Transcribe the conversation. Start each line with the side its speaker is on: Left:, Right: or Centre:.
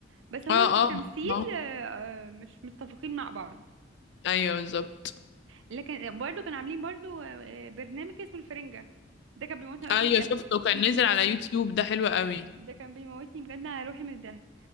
Right: بس هما
Left: اه
Right: في التمثيل
Left: اه آه.
Right: آه، آه، مش متفقين مع بعض
Left: ايوه بالظبط
Right: لكن برضه كانوا عاملين برضه آه، آه، برنامج اسمه الفرنجه ده كان بيموتني على
Left: ايوه
Right: روحي من الضحك
Left: شفته كان نزل على
Right: <laughs>
Left: يوتيوب ده حلو قوي
Right: ده كان بيموتني بجد على روحي من الضحك